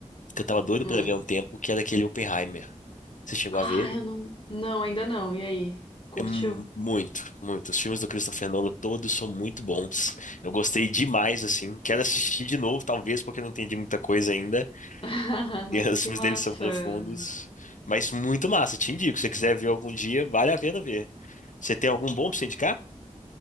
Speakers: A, on the left; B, on the left.
A: que eu tava doido
B: hum.
A: pra ver há um tempo, que era aquele Oppenheimer. Você chegou
B: Ah,
A: a ver
B: eu
A: ele?
B: não. Não, ainda não. E aí? Curtiu?
A: É mu- muito, muito. Os filmes do Christopher Nolan todos são muito bons. Eu gostei demais, assim. Quero assistir de novo, talvez, porque eu não entendi muita coisa ainda. <laughs>
B: <laughs>
A: E os
B: Que
A: filmes
B: massa!
A: dele são profundos. Mas muito massa, te indico. Se você quiser ver algum dia, vale a pena ver. Você tem algum bom pra você indicar?